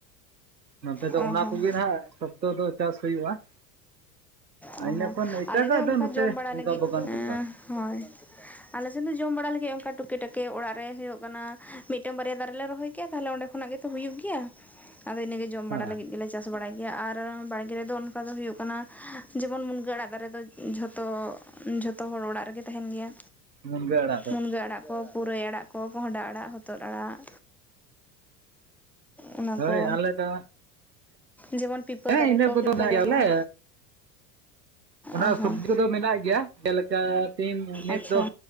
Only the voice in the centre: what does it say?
ᱚ
ᱦᱚᱸ
ᱚ
ᱦᱚᱸ
<unintelligible>
ᱟᱞᱮ ᱫᱚ ᱚᱱᱠᱟ
ᱡᱚᱢ ᱵᱟᱲᱟ
ᱞᱟᱹᱜᱤᱫ
ᱮ-
ᱦᱳᱭ ᱟᱞᱮ ᱥᱮᱱ ᱫᱚ ᱡᱚᱢ ᱵᱟᱲᱟ ᱞᱟᱹᱜᱤᱫ ᱚᱱᱠᱟ ᱴᱩᱠᱮ ᱴᱟᱠᱮ ᱚᱲᱟᱜ ᱨᱮ ᱦᱩᱭᱩᱜ ᱠᱟᱱᱟ ᱢᱤᱫᱴᱮᱱ ᱵᱟᱨᱭᱟ ᱫᱟᱨᱮ ᱞᱮ ᱨᱚᱦᱚᱭ ᱠᱮᱫᱭᱟ ᱛᱟᱦᱞᱮ ᱚᱸᱰᱮ ᱠᱷᱚᱱᱟᱜ ᱜᱮᱛᱚ ᱦᱩᱭᱩᱜ ᱜᱮᱭᱟ ᱟᱫᱚ ᱤᱱᱟᱹᱜᱮ ᱡᱚᱢ ᱵᱟᱲᱟ
ᱞᱟᱹᱜᱤᱫ ᱜᱮᱞᱮ ᱪᱟᱥ ᱵᱟᱲᱟᱭ ᱜᱮᱭᱟ ᱟᱨ ᱵᱟᱲᱜᱮ ᱨᱮᱫᱚ ᱚᱱᱠᱟ ᱫᱚ ᱦᱩᱭᱩᱜ ᱠᱟᱱᱟ ᱡᱮᱢᱚᱱ ᱢᱩᱱᱜᱟᱹ ᱟᱲᱟᱜ ᱫᱟᱨᱮ ᱫᱚ ᱡᱷᱚᱛᱚ ᱡᱷᱚᱛᱚ ᱦᱚᱲ ᱚᱲᱟᱜ ᱨᱮᱜᱮ ᱛᱟᱦᱮᱱ ᱜᱮᱭᱟ
ᱢᱩᱱᱜᱟᱹ ᱟᱲᱟᱜ ᱠᱚ ᱯᱩᱨᱟᱹᱭ ᱟᱲᱟᱜ ᱠᱚ ᱠᱚᱸᱦᱰᱟ ᱟᱲᱟᱜ ᱦᱚᱛᱚᱫ ᱟᱲᱟᱜ᱾ ᱚᱱᱟ
ᱠᱚ
ᱡᱮᱢᱚᱱ ᱯᱤᱯᱟᱹ ᱯᱤᱯᱟᱹ
ᱫᱟᱨᱮ
ᱠᱚ
ᱯᱤᱯᱟᱹ
ᱫᱚ
ᱵᱟᱝ᱾
ᱚ
ᱦᱚᱸ
ᱟᱪᱪᱷᱟ᱾